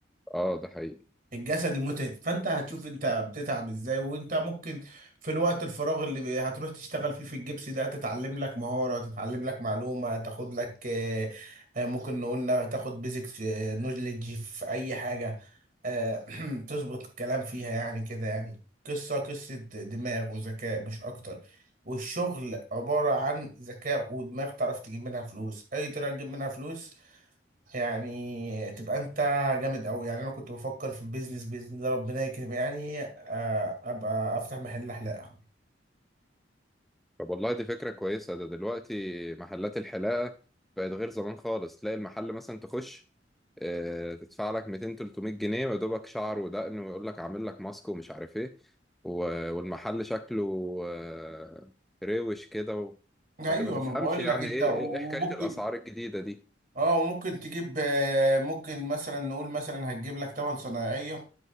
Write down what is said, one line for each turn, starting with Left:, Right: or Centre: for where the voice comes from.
Centre: اه ده حقيقي
Right: الجسدي متعب فانت هتشوف انت بتتعب ازاي وانت ممكن في الوقت الفراغ اللي بي- هتروح تشتغل فيه في الجبس ده تتعلم لك مهارة تتعلم لك معلومة تاخد لك آه، آه، ممكن نقول نا- تاخد بيزك نولج في اي حاجة آه، <clears throat> تظبط الكلام فيها يعني كده يعني قصة قصة دماغ وذكاء مش اكتر والشغل عبارة عن ذكاء ودماغ تعرف تجيب منها فلوس اي طريقة تجيب منها فلوس يعني تبقى انت جامد قوي يعني انا كنت بفكر في البيزنس باذن الله ربنا يكرم يعني آه، ابقى افتح محل حلاقه
Centre: طب والله دي فكرة كويسة ده دلوقتي محلات الحلاقة بقت غير زمان خالص تلاقي المحل مثلا تخش آه، تدفع لك 200 300 جنيه ويدوبك شعر ودقن ويقول لك عامل لك ماسك ومش عارف ايه و- والمحل شكله آه، روش كده و...
Right: ايوه
Centre: ما ت- ما تفهمش
Right: ما بقول
Centre: يعني
Right: لك انت
Centre: ايه
Right: وممكن
Centre: ايه إيه حكاية الأسعار الجديدة دي
Right: اه وممكن تجيب آه، ممكن مثلا نقول مثلا هتجيب لك 8 صنايعيه